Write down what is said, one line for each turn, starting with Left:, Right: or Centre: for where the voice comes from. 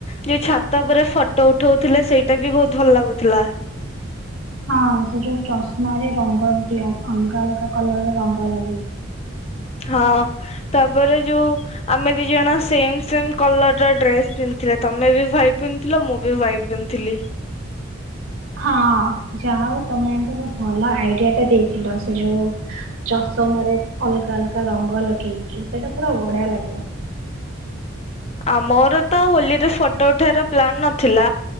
Left: ଯୋଉ ଛାତ ଉପରେ ଫଟୋ ଉଠଉଥିଲେ ସେଇଟା ବି ବହୁତ ଭଲ ଲାଗୁଥିଲା।
Right: ହଁ ସେ ଯଉ ଚଷମାରେ ରଙ୍ଗ ଦିଆ ଅଲଗା ଅଲଗା କଲର ରଙ୍ଗ ଲଗେଇଛି।
Left: ହଁ ତାପରେ ଯୋଉ ଆମେ ଦି ଜଣ ସେମ ସେ କଲର ର ଡ୍ରେସ ପିନ୍ଧିଥିଲେ ତମେ ବି ହ୍ାଇଟ ପିନ୍ଧିଥିଲ ମୁଁ ବି ହ୍ାଇଟ ପିନ୍ଧିଥିଲି।
Right: ହଁ ଯା ହଉ ତମେ ଏମତି ଗୋ ଭଲ ଆଇଡିଆ ଟା ଦେଇଥିଲ ସେ ଯୋଉ ଚଷମରେ ଅଲଗା ଅଲଗା ରଙ୍ଗ ଲଗେଇକି ସେଇଟା ପୁରା ବଢିଆ ଲାଗିଲା।
Left: ଆମର ତ ହୋଲିରେ ଫଟୋ ଉଠେଇାର ପ୍ଲାନ ନଥିଲା